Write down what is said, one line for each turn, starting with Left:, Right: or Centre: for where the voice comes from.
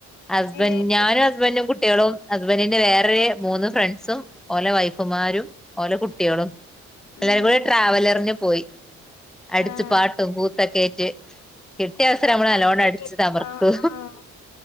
Centre: ഹസ്ബൻ്
Left: ഏഹ്
Centre: ഞാനും ഹസ്ബൻറും കുട്ടികളും ഹസ്ബൻറിന്റെ വേറെ മൂന്ന് ഫ്രണ്ട്സും ഒലെ വൈഫും കുമാരും ഓലെ കുട്ടികളും എല്ലരും
Left: ഉം
Centre: കൂടി ട്രാവലറിഞ്ഞു പോയി അടുച്
Left: ആഹ്
Centre: പാട്ടും കൂത്തും ഒക്കെ കേട്ട് കിട്ടിയ അവസരം
Left: അത്
Centre: നമ്മൾ അലോണ്ട്
Left: അടിപൊളിയായിരിക്കും
Centre: അടിച്ചു തമർത്തു
Left: ആഹ് ആഹ്